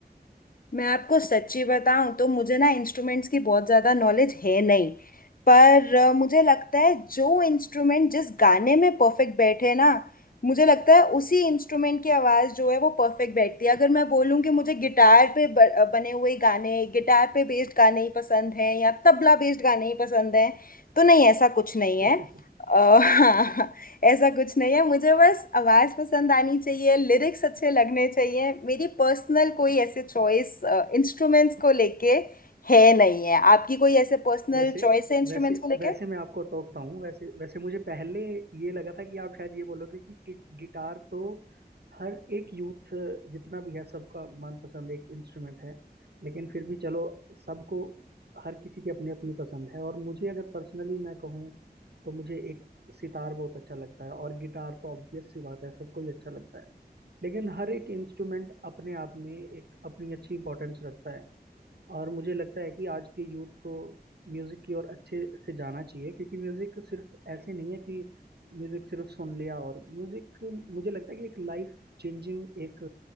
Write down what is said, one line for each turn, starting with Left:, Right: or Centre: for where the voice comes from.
Left: मैं आपको सच्ची बताऊं तो मुझे ना इंस्ट्रूमेंट्स की बहुत ज़्यादा नॉलेज है नहीं पर अ, मुझे लगता है जो इंस्ट्रूमेंट जिस गाने में परफेक्ट बैठे ना मुझे लगता है उसी इंस्ट्रूमेंट की आवाज़ जो है वो परफेक्ट बैठती है अगर मैं बोलूं कि मुझे गिटार पे ब, अ, बने हुए गाने गिटार पे बेस्ड गाने ही पसंद हैं या तबला बेस्ड गाने ही पसंद हैं तो नहीं ऐसा कुछ नहीं है
Right: है <laughs>
Left: अ, <laughs> ऐसा कुछ नहीं है मुझे बस आवाज़ पसंद आनी चाहिए लिरिक्स अच्छे लगने चाहिए मेरी पर्सनल कोई ऐसे चॉइस इंस्ट्रूमेंट्स को लेके है नहीं है आपकी कोई ऐसे पर्सनल
Right: वैसे
Left: चॉइस है इंस्ट्रूमेंट्स
Right: वैसे
Left: को लेके
Right: वैसे मैं आपको टोकता हूँ वैसे वैसे मुझे पहले ये लगा था कि आप शायद ये बोलोगे कि, कि गिटार तो हर एक यूथ जितना भी है सबका मनपसंद एक इंस्ट्रूमेंट है लेकिन फिर भी चलो सबको हर किसी की अपनी अपनी पसंद है और मुझे अगर पर्सनली मैं कहूँ तो मुझे एक सितार बहुत अच्छा लगता है और गिटार तो ऑब्वियस सी बात है सबको ही अच्छा लगता है लेकिन हर एक इंस्ट्रूमेंट अपने आप में एक अपनी अच्छी इंपॉर्टेंस रखता है और मुझे लगता है कि आज के यूथ को म्यूजिक की ओर अच्छे से जाना चाहिए क्योंकि म्यूजिक सिर्फ ऐसे नहीं है कि म्यूजिक सिर्फ सुन लिया और म्यूजिक मुझे लगता है कि एक लाइफ चेंजिंग एक